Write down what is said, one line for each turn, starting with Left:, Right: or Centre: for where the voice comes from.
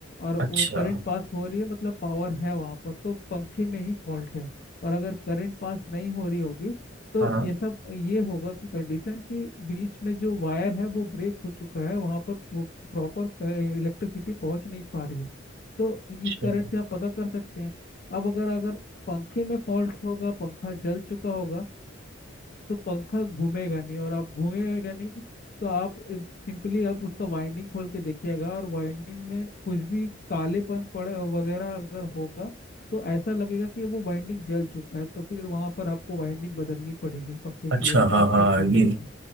Left: और
Right: अच्छा
Left: वो करंट पास हो रही है मतलब पावर है वहाँ पर तो पंखे में ही फॉल्ट है और अगर करंट पास नहीं हो रही होगी तो
Right: हाँ
Left: ये सब ये होगा कि कंडीशन कि बीच में जो वायर है वो ब्रेक हो चुका है वहाँ पर वो प्रॉपर इलेक्ट्रिसिटी पहुँच नहीं पा रही है तो इस
Right: चलो
Left: करंट से आप पता कर सकते हैं अब अगर अगर पंखे में फॉल्ट होगा पंखा जल चुका होगा तो पंखा घूमेगा नहीं और आप घूमेगा नहीं तो आप सिंपली आप उसका वाइंडिंग खोल के देखिएगा और वाइंडिंग में कुछ भी कालेपन पड़ वगैरह अगर होगा तो ऐसा लगेगा कि वो वाइंडिंग जल चुका है तो फिर वहां पर आपको वाइंडिंग बदलनी पड़ेगी पंखे
Right: अच्छा
Left: की ऐसा
Right: हाँ
Left: आप
Right: हाँ
Left: चेक कर
Right: ये
Left: सकते हैं